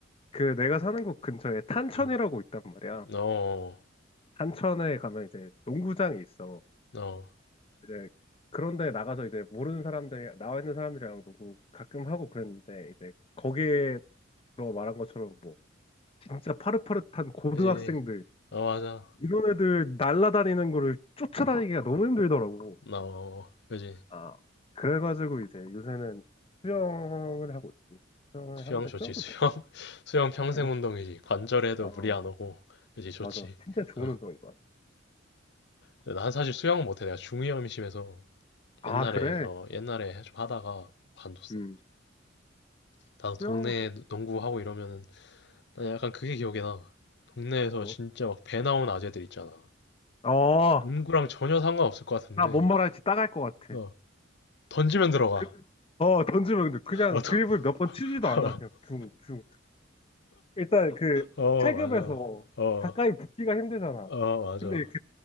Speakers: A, on the left; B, on the left.
A: 그 내가 사는 곳 근처에 탄천이라고
B: 음,
A: 있단 말이야.
B: 어,
A: 탄천에 가면 이제 농구장이 있어.
B: 어,
A: 이제 그런데 나가서 이제 모르는 사람들이 나와 있는 사람들이랑 농구 가끔 하고 그랬는데 이제 거기에 너 말한 것처럼 뭐 진짜 파릇파릇한 고등학생들
B: 그지? 어 맞아.
A: 이런 애들 날라다니는 거를 쫓아다니기가
B: 음.
A: 너무 힘들더라고.
B: 어, 그지.
A: 아 그래가지고 이제 요새는 수영을 하고 있지. 수영을
B: 수영
A: 하는데
B: 좋지.
A: 수영도
B: 수영
A: 되게
B: <laughs> 수영 평생
A: 재밌어.
B: 운동이지. 관절에도
A: 어
B: 무리 안 오고 그지 좋지.
A: 맞아. 진짜 좋은
B: 어.
A: 운동인 것 같아.
B: 근데 난 사실 수영 못해. 내가 중이염이 심해서
A: 아
B: 옛날에
A: 그래?
B: 어 옛날에 좀 하다가 관뒀어.
A: 음.
B: 나도 동네
A: 수영,
B: 농구 하고 이러면은 난 약간 그게 기억이 나. 동네에서
A: 뭐,
B: 진짜 막 배 나온 아재들 있잖아.
A: 어,
B: 농구랑 전혀 상관없을 것 같은데
A: 나 뭔 말할지 따갈 것 같아.
B: 어 던지면 들어가.
A: 그, 어, 던지면 근데 그냥
B: 어, 더-
A: 드리블
B: <laughs>
A: 몇 번 치지도 않아. 그냥 둥, 둥. 일단 그
B: 어, 어
A: 체급에서
B: 맞아. 어,
A: 가까이 붙기가 힘들잖아.
B: 어 맞아.
A: 근데 이렇게